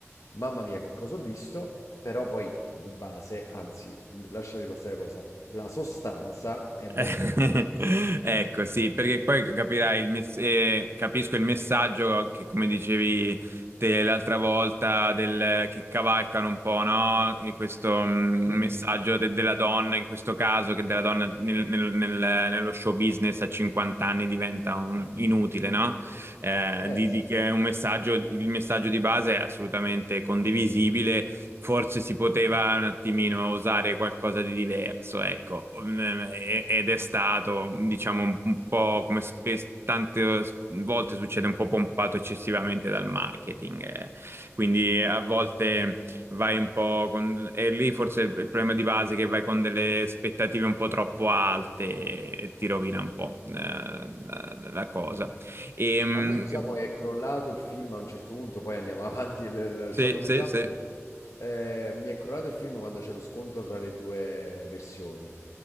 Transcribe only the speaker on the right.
Eh,
<laughs> Ecco, sì, perché poi capirai il mess- eh, capisco il messaggio che, come dicevi te l'altra volta, del, che cavalcano un po', no? E questo mm,
messaggio de- della donna, in questo caso, che della donna nel- nel- nel- nello show business a 50 anni diventa un- inutile, no? eh,
di,
di- che è un messaggio, il messaggio di base è assolutamente condivisibile, forse si poteva un attimino usare qualcosa di diverso, ecco, Mm, e- ed è stato, diciamo, un un po' come spesso, tante volte succede, un po' pompato eccessivamente dal marketing, eh. Quindi a volte vai un po' con... E lì forse il il problema di base è che vai con delle aspettative un po' troppo alte e ti rovina un po' eh, la la cosa. Ehm,
sì, sì,
sì.